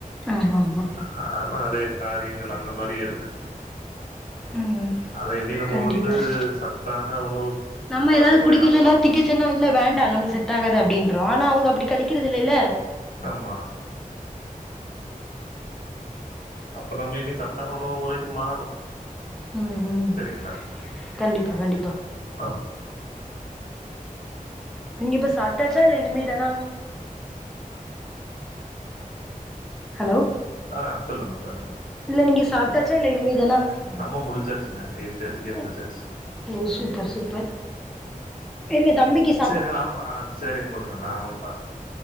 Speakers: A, in the centre; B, on the left (about 75°).
A: ஆமா ஆமா.
B: ஆ நறைய காரியங்கள் அந்த மாரியு இருக்குது.
A: ம்.
B: அத இனி நம்ம
A: கண்டிப்பா
B: வந்து சத்தான உணவு
A: நம்ம
B: பழக்க
A: எதாவது
B: முறை
A: குடிக்க
B: நம்மளு
A: சொன்னா
B: செ
A: திங்கச்சொன்ன இல்ல வேண்டா நம்ளு செட் டாகாது அப்டின்ருவோ ஆனா அவுங்க அப்டி கழிக்கிறது இல்லில்ல.
B: ஆம்மா. அப்ப நம்ம இனி சத்தான உணவு முறைக்கு மாறுவோ.
A: ம் ம்
B: சரிங்களா
A: கண்டிப்பா கண்டிப்பா.
B: ஆ
A: நீங்க இப்ப சாப்டாச்சா இல்ல இனிமே தானா. ஹலோ?
B: ஆ சொல்லுங்க சொல்லுங்க.
A: இல்ல நீங்க சாப்டாச்சா இல்ல இனிமேதானா?
B: நம்ம முடிச்சாச்சுங்க எயிட் தேர்ட்டிக்கே முடிச்சாச்சு
A: ம் ஓ சூப்பர் சூப்பர் இருங்க தம்பிக்கி
B: செரி ஆமா செரிங் குடுங்க நானு பாத்துட்டு வர்